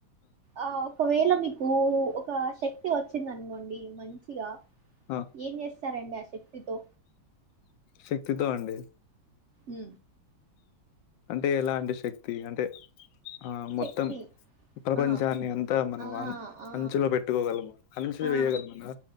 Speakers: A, on the right (about 85°); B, on the left (about 75°).
A: ఆ ఒకవేళ మీకు ఒక శక్తి వచ్చింది అనుకోండి మంచిగా
B: ఆ
A: ఏం చేస్త సారండి ఆ శక్తితో
B: శక్తితో అండి
A: ఉ
B: అంటే ఎలా అంటే శక్తి అంటే ఆ
A: శక్తి
B: మొత్తం ప్రపంచాన్ని
A: ఆ
B: అంతా మనం
A: ఆ
B: అం
A: ఆ
B: అంచలో పెట్టుకోగలము అంచులు
A: ఆ
B: వేయగలమన